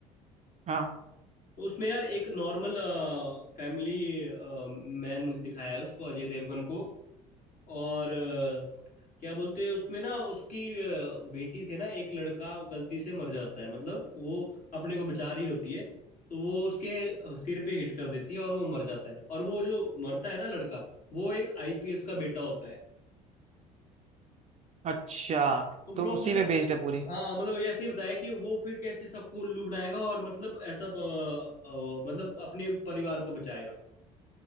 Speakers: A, on the right; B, on the left.
A: हाँ
B: तो उसमें यार एक नॉर्मल फैमिली मैन दिखाया है उसको अजय देवगन को और अ, क्या बोलते हैं उसमें ना उसकी अ, बेटी से ना एक लड़का गलती से मर जाता है मतलब वो अपने को बचा रही होती है तो वो उसके अ, सिर पे हिट कर देती है और वो मर जाता है और वो जो मरता है ना लड़का वो एक आईपीएस का बेटा होता है
A: अच्छा
B: तो ब्रो
A: तो उसी
B: मतलब
A: पे बेस्ड है पूरी
B: हाँ मतलब ये ऐसे ही बताया कि वो फिर कैसे सबको उल्लू बनाएगा और मतलब ऐसा अ, अ, मतलब अपने परिवार को बचाएगा